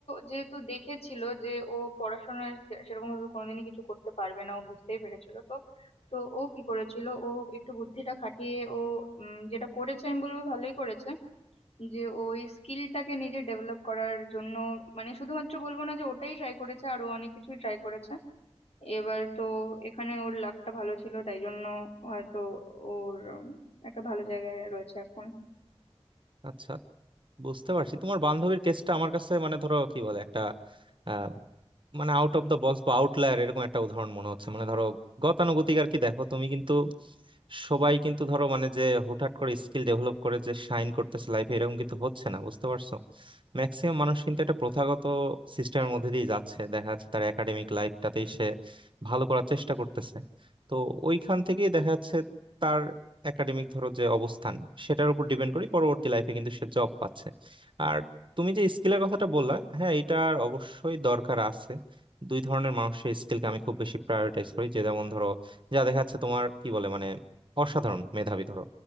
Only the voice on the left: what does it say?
যেহেতু দেখেছিল যে ও পড়াশোনায় সেরকম ভাবে কোনোদিনই কিছু করতে পারবে না ও বুঝতেই পেরেছিল তো তো ও কি করেছিল ও একটু বুদ্ধিটা খাটিয়ে ও উম, যেটা করেছে আমি বলবো ভালোই করেছে যে ওই স্কিলটাকে নিজে ডেভেলপ করার জন্য মানে শুধুমাত্র বলবো না যে ওটাই ট্রাই করেছে আরো অনেক কিছু ট্রাই করেছে এবার তো এখানে ওর লাকটা ভালো ছিল তাই জন্য হয়তো ওর উম, একটা ভালো জায়গায় রয়েছে এখন